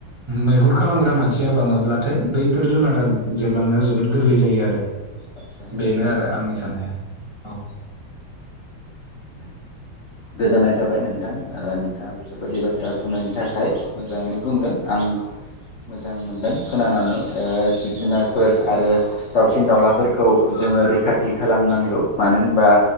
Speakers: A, on the right (about 25°); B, on the left (about 70°).
A: मैहुर खालामग्रा मानसिया बाङोब्लाथाय बैफोर जुनारा जोबलांनायाव जोबोद गोरलै जायो आरो
B: आदसा
A: बेनो
B: औ औ
A: आरो आंनि साननाया औ
B: गोजोननाय थाबाय नोंथां नोंथाङा बेफोरबायदि बाथ्रा बुंनायनि थाखाय मोजाङैनो बुंदों आं मोजां मोनदों खोनानानै ओ जिब जुनारफोर आरो दाउसिन दाउलाफोरखौ जोङो रैखाथि खालामनांगौ मानो होनबा